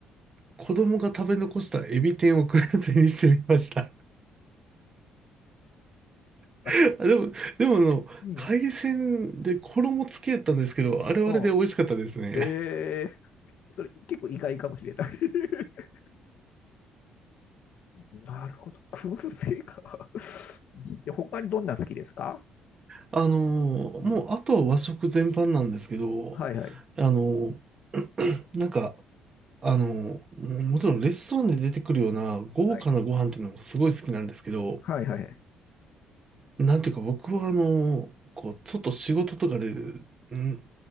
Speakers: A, on the right; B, on the left.
A: 子供が食べ残したエビ天を燻製にしてみました。
B: あ
A: <laughs> あでも、でもあの、
B: うん。
A: 海鮮で衣つけたんですけど、あれはあれで美味しかったですね。
B: うん。ええーそれ結構意外かもしれない <laughs> なるほど。燻製か。<laughs> で、他にどんな好きですか
A: あの、
B: うん。
A: もう、あとは和食全般なんですけど、
B: はいはい。
A: あの、なんか、あの、もちろんレストランで出てくるような豪華なご飯っていうのもすごい好きなんですけど、
B: はい。はいはいはい。
A: なんていうか僕はあの、こう、ちょっと仕事とかで、ん